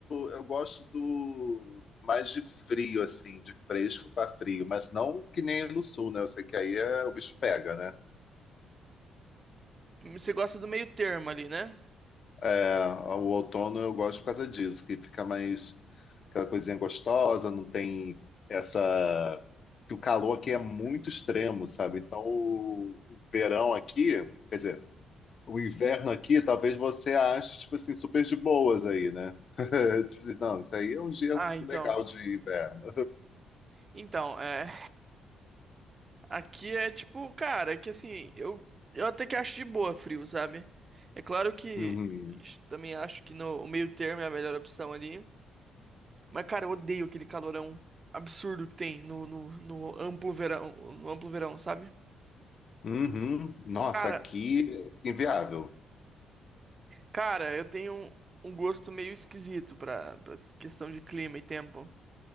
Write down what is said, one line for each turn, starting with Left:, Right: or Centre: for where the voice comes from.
Left: eu gosto do mais de frio, assim, de fresco para frio, mas não que nem no sul, né? Eu sei que aí é- o bicho pega, né?
Right: Você gosta do meio termo ali, né?
Left: É, o outono eu gosto por causa disso, que fica mais aquela coisinha gostosa, não tem essa. Que o calor aqui é muito extremo, sabe? Então o o verão aqui, quer dizer, o inverno aqui, talvez você ache, tipo assim, super de boas aí, né? <laughs> Tipo assim, não, isso aí é um dia
Right: Ah, então.
Left: legal de inverno.
Right: Então, é. Aqui é tipo, cara, é que assim, eu, eu até que acho de boa frio, sabe? É claro que
Left: Uhum.
Right: também acho que no o meio termo é a melhor opção ali. Mas, cara, eu odeio aquele calorão absurdo que tem no, no, no amplo verão, no amplo verão, sabe?
Left: Uhum. Nossa,
Right: Cara,
Left: aqui fica inviável.
Right: cara, eu tenho um, um gosto meio esquisito pra, pra essa questão de clima e tempo.